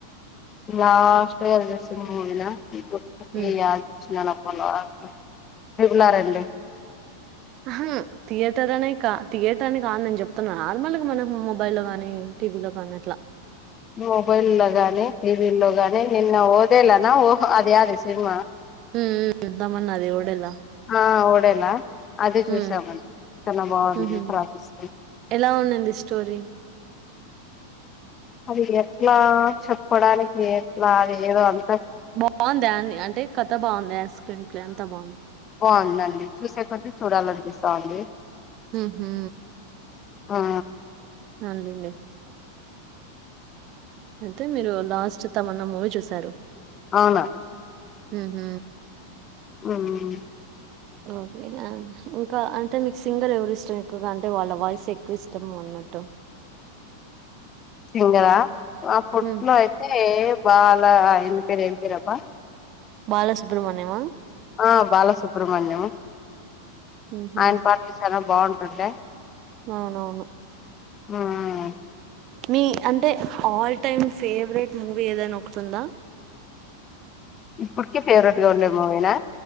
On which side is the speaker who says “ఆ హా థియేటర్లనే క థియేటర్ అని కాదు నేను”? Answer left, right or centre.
Right